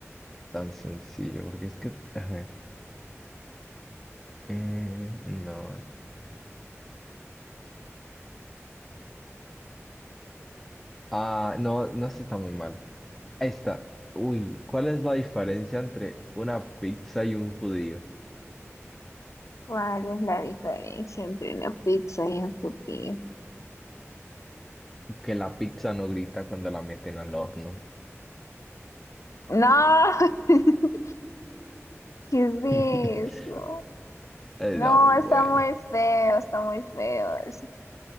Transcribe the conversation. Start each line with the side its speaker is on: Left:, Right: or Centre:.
Centre: tan sencillo, porque es que, a ver. eh, no. Ah, no, no, ese está muy malo. Ahí está. Uy, ¿cuál es la diferencia entre una pizza y un judío?
Left: ¿Cuál es la diferencia entre una pizza y un pupí?
Centre: Que la pizza no grita cuando la meten al horno.
Left: No, <laughs> ¿qué
Centre: <laughs>
Left: es eso?
Centre: Está
Left: No,
Centre: muy
Left: está
Centre: bueno.
Left: muy feo, está muy feo eso.